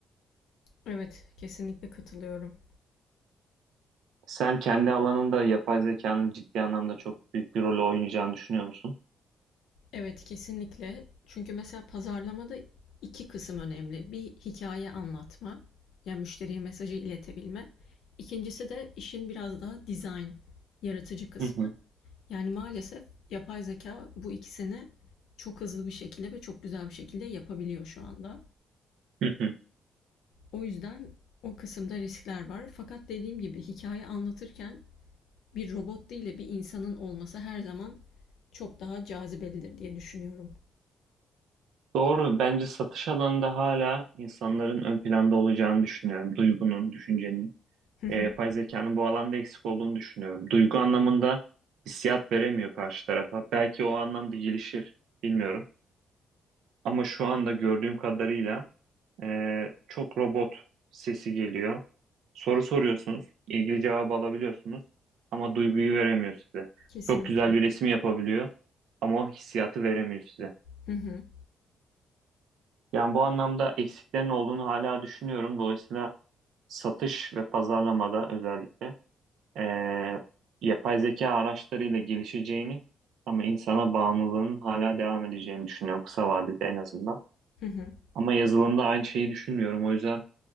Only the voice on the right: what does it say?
Sen kendi alanında yapay zekanın ciddi anlamda çok büyük bir rol oynayacağını düşünüyor musun?
Hı hı.
Hı hı.
Doğru. Bence satış alanında hala insanların ön planda olacağını düşünüyorum. Duygunun, düşüncenin.
E, yapay zekanın bu alanda eksik olduğunu düşünüyorum. Duygu anlamında hissiyat veremiyor karşı tarafa. Belki o anlamda gelişir, bilmiyorum. Ama şu anda gördüğüm kadarıyla Ee, çok robot sesi geliyor. Soru soruyorsunuz, ilgili cevabı alabiliyorsunuz ama duyguyu veremiyor size.
Çok güzel bir resim yapabiliyor ama o hissiyatı veremiyor size.
Yani bu anlamda eksiklerin olduğunu hala düşünüyorum. Dolayısıyla satış ve pazarlamada özellikle ee, yapay zeka araçlarıyla gelişeceğini ama insana bağımlılığın hala devam edeceğini düşünüyorum kısa vadede en azından.
Ama yazılımda aynı şeyi düşünmüyorum. O yüzden